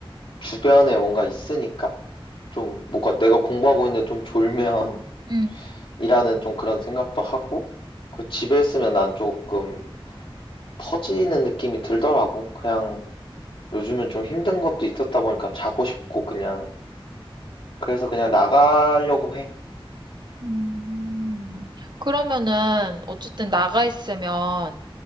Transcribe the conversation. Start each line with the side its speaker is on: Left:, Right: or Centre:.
Left: 주변에 뭔가 있으니까 좀 뭔가 내가 공부하고 있는데 좀 졸면
Right: 음.
Left: <laughs> 이라는 좀 그런 생각도 하고 그 집에 있으면 난 조금 터지는 느낌이 들더라고. 그냥 요즘은 좀 힘든 것도 있었다 보니까 자고 싶고 그냥 그래서 그냥 나가려고 해.
Right: 음. 그러면은 어쨌든 나가 있으면